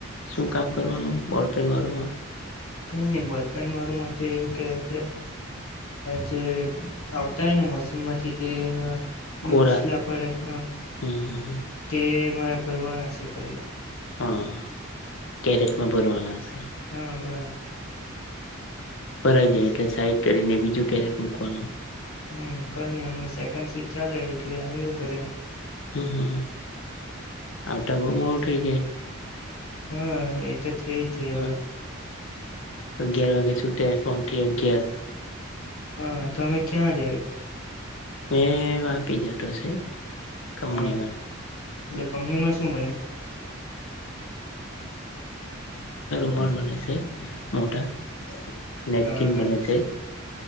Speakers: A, on the left (about 65°); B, on the left (about 85°).
A: શું કામ કરવાનું બોલપેન વાળુંમાં?
B: કઈ નઈ બલ્બપેન વાળું માટે એવું કે આપણે, જે આવતા હોય ને મશીન માટે જે એના દૂછલા
A: ખોરા
B: પડે હ,
A: હમ હમ
B: તે મારે ભરવાના છે ખાલી.
A: હા, કેરેટમાં ભરવાનું હશે.
B: હા બસ.
A: ભરાઈ જાય એટલે સાઈડ કરીને બીજું કેરેટ મૂકવાનું.
B: હમ કઈ નઈ હમને સેકન્ડ સીટ ચાલે એટલે આવ્યો ઘરે
A: હમ હમ હ, આવ તો બ મ ઉઠઈ જાય.
B: હમ. એ તો થ જ જ હવે.
A: માં અગિયાર વાગ્યાે સુૂટે. કટી અગિયાર
B: હા તમે ક્યાં જાવ?
A: મે વાપી જતો છે. કપનીમાં.
B: હા એટલે કમની માં શું બન્યું?
A: બોલ બને છે. મોટા નેપકીન
B: હા હા
A: બને છે.